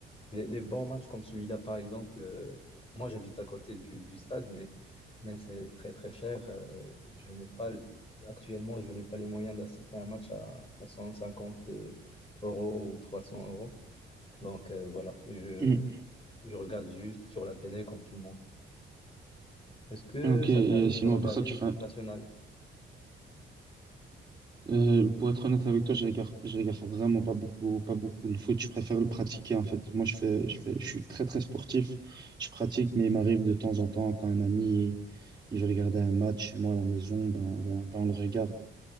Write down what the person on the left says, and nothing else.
Les, les bons matchs comme celui-là, par exemple, euh, moi j'habite à côté du, du stade, mais, mais c'est très très cher. Euh, je n'ai pas, actuellement, je n'ai pas les moyens d'assister à un match à, à 150 euros ou 300 euros. Donc euh, voilà, je,
je regarde juste sur la télé comme tout le monde. Est-ce que
ça
t'arrive
de regarder
l'équipe
nationale?